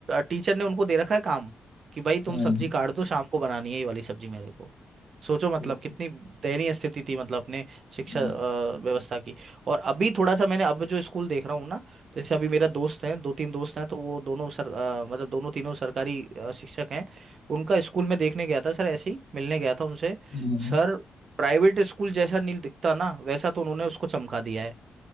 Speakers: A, on the right; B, on the left.
A: टीचर ने उनको दे रखा है काम कि भाई तुम
B: हम्म
A: सब्जी काट दो शाम को बनानी है ये वाली सब्जी मेरे को सोचो मतलब
B: ठीक।
A: कितनी दयनीय स्थिति थी मतलब अपने शिक्षा
B: हम्म
A: अ, व्यवस्था की और अभी थोड़ा सा मैंने अब जो स्कूल देख रहा हूँ ना तो जैसे अभी मेरा दोस्त है दो तीन दोस्त हैं तो वो दोनों सर अ, मतलब दोनों तीनों सरकारी अ, शिक्षक हैं उनका स्कूल में देखने गया था सर ऐसे ही मिलने गया था उनसे
B: हम्म
A: सर प्राइवेट स्कूल जैसा नहीं दिखता ना वैसा तो उन्होंने उसको चमका दिया है